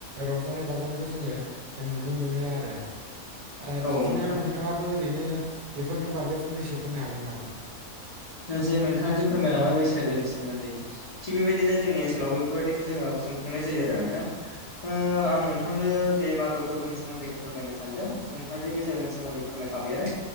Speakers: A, on the right; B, on the left.
A: रंजा नाजानाय बाजानायखौ जोङो नुनो मोनो आरो ओ
B: औ
A: बिदिनो
B: नोंथां
A: नोंथाङाबो ओरैनो बेफोरनि बागै फंनैसो बुंनो हागोन नामा?
B: जे नोंथाङादि फोरमायलांबाय बैस बैसागोनि सोमोन्दै थिग बेबायदिनो जोंनि ओनसोलाव बेफोरबायाददिखौ जोङो खुंफुंनाय जायो आरो नोंथां ओ आं नोंथां नोंथांनो जे मागो फोरबोनि सोमोन्दै फोरमायनो सानदों नोंथाङा जे बैसागोनि सोमोन्दै फोरमायखाबायानो